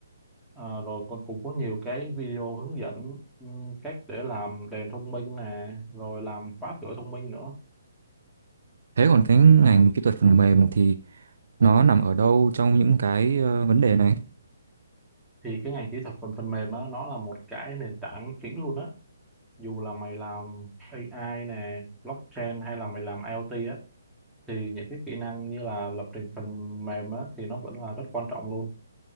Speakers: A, in the centre; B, on the right.
A: Ờ, rồi còn cũng có nhiều cái video hướng dẫn ừ, cách để làm đèn thông minh nè rồi làm khóa cửa thông minh nữa
B: Thế còn cái ngành kỹ thuật phần mềm thì nó nằm ở đâu trong những cái ờ, vấn đề này
A: thì cái ngành kỹ thuật phần phần mềm á nó là một cái nền tảng chính luôn á dù là mày làm AI nè blockchain hay là mày làm IoT á thì những cái kỹ năng như là lập trình phần mềm á thì nó vẫn là rất quan trọng luôn